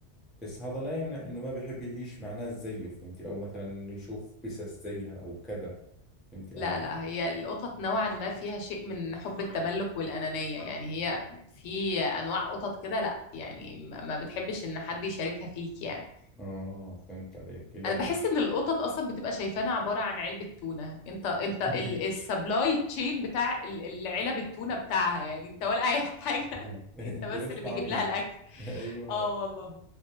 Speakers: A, in the centre; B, on the left (about 85°).
A: بس هذا لا يمنع إنه ما بحب يعيش مع ناس زيه فهمتي أو مثلا إنه يشوف بسس زيها أو كذا فهمتي
B: لا
A: علي
B: لا هي القطط نوعا ما فيها شيء من حب التملك والأنانية يعني هي في أنواع قطط كده لا يعني ما ما بتحبش إن حد يشاركها فيك يعني
A: آه فهمت عليك لا
B: أنا بحس إن القطط أصلا بتبقى شايفانا عبارة عن علبة تونة أنت أنت
A: <laughs>
B: ال- السبلاي تشين بتاع ال- العلب التونة بتاعها يعني أنت ولا أي حاجة <laughs>
A: <laughs> انت
B: أنت بس
A: بس
B: اللي
A: طعميني
B: بيجيب لها الأكل
A: <laughs> ايوه
B: اه والله